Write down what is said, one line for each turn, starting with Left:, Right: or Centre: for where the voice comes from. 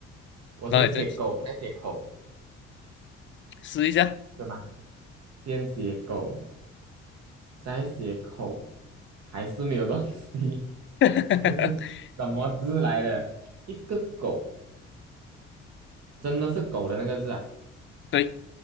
Right: 我先写狗，
Left: 然后你再
Right: 再写口，
Left: 试一下。
Right: 是吗？先写狗，再写口，还是没有东西。
Left: <laughs>
Right: <laughs> 这个是什么字来的？一个狗，真的是狗的那个字啊？
Left: 对，